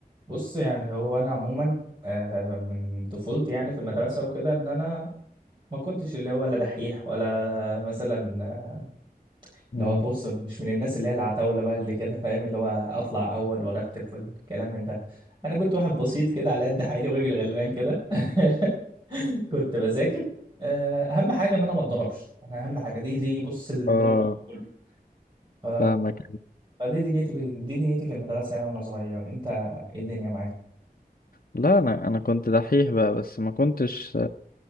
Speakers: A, on the right; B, on the left.
A: بص يعني هو انا عموما آه، من طفولتي يعني في المدرسه وكده ان انا ما كنتش اللي هو لا دحيح ولا مثلا آه،
B: مم.
A: اللي هو بص مش من الناس اللي هي العتاوله بقى اللي كده فاهم اللي هو اطلع اول وارتب والكلام من ده انا كنت واحد بسيط كده على قد حالي وراجل غلبان كده <laughs> كنت بذاكر آه، اهم حاجه ان انا ما اتضربش انا اهم حاجه دي دي بص الدرجه
B: اه
A: كله ف...
B: فاهمك
A: فدي دنيتي بال... دي دنيتي في المدرسه يعني وانا صغير انت ايه الدنيا
B: لا انا انا كنت دحيح بقى بس ما كنتش